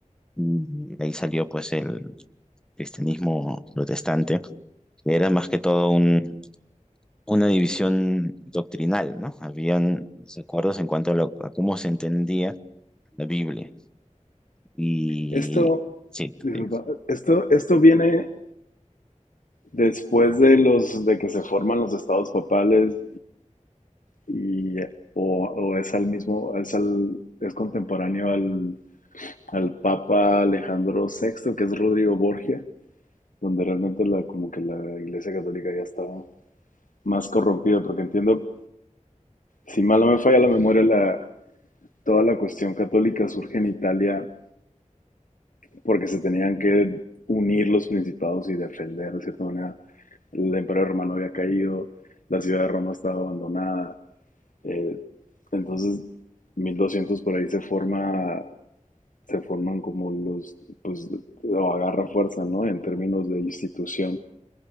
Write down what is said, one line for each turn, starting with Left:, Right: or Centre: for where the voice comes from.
Centre: y de ahí salió pues el cristianismo protestante, que era más que todo un- una división doctrinal, ¿no? Habían desacuerdos en cuanto a, lo- a cómo se entendía la Biblia y
Left: Esto,
Centre: sí,
Left: disculpa,
Centre: dime.
Left: esto, esto viene Después de los de que se forman los estados papales y, y- o, o es al mismo, es al, es contemporáneo al, al Papa Alejandro Sexto que es Rodrigo Borgia, donde realmente la, como que la Iglesia Católica ya estaba más corrompida, porque entiendo, si mal no me falla la memoria, la, toda la cuestión católica surge en Italia porque se tenían que unir los principados y defender de cierta manera. El imperio romano había caído, la ciudad de Roma estaba abandonada. Eh, entonces, 1200 por ahí se forma, se forman como los, pues, o agarra fuerza, ¿no? En términos de institución.